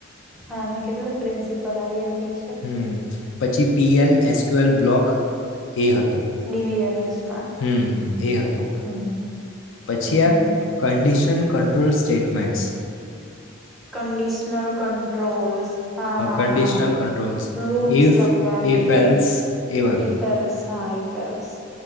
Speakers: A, in the centre; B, on the left (about 65°).
A: હા મેં કધું પ્રિન્સિપલ આઈ એમ પી.
B: હમ પછી પી એલ એસક્યુએલ બ્લોક. એ હતું,
A: ડીવીએમએસમાં
B: હમ હ એ હતું,
A: હમ
B: પછી
A: હમ
B: આ condition and controls statements.
A: Conditional controls. હા હા
B: કન્ડિશનલ
A: હા,
B: કંટ્રોલ્સ
A: લુપ્સ
B: ઇફ
A: લખવાની,
B: ઇફ એલ્સ એ વયું
A: ઈફેલ્સ હા ઈફેલ્સ.